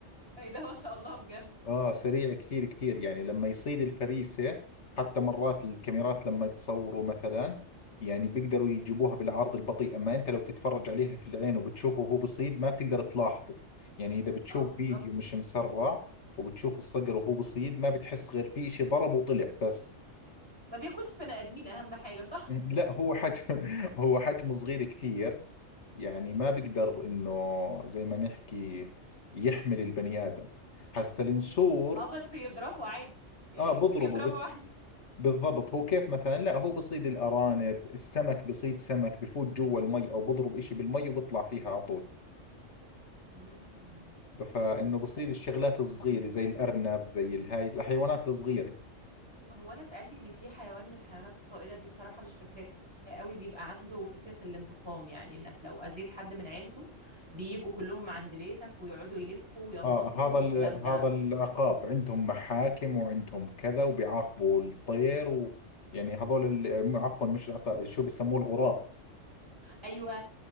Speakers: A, on the right; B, on the left.
A: ايه ده ما شاء الله بجد
B: آه سريع كثير كثير يعني لما يصيد الفريسة حتى مرات الكاميرات لما تصوروا مثلا يعني بيقدروا يجيبوها بالعرض البطيء أما أنت لو بتتفرج عليها في العين وبتشوفه وهو بصيد ما بتقدر تلاحظه يعني إذا بتشوف
A: اه بالظبط
B: فيديو مش مسرع وبتشوف الصقر وهو بصيد ما بتحس غير في شيء ضرب وطلع بس
A: ما بياكلش بني ادمين اهم حاجه صح
B: لا هو حجم <laughs> هو حجمه صغير كثير يعني ما بقدر انه زي ما نحكي يحمل البني ادم هسا النسور
A: اه بس يضربه عادي يعني
B: اه
A: ممكن
B: بضربه
A: يضربه
B: بس
A: عادي
B: بالضبط هو كيف مثلا لا هو بصيد الارانب السمك بصيد سمك بفوت جوا المي او بضرب اشي بالمي وبطلع فيها على طول
A: امم
B: فانه
A: بس
B: بصيد
A: بت...
B: الشغلات الصغيرة زي الارنب زي الهاي الحيوانات الصغيرة
A: هو انا اتقال لي ان في حيوان من الحيوانات الطائره دي بصراحه مش فاكراه قوي بيبقى عنده فكره الانتقام يعني انك لو اذيت حد من عيلته بييجوا كلهم عند بيتك ويقعدوا يلفوا وينتقموا
B: آه هذا ال...
A: والكلام ده
B: هذا العقاب عندهم محاكم وعندهم كذا وبيعاقبوا الطير و... يعني هذول ال... م- عفوا مش العقاب شو بيسموه الغراب
A: ايوه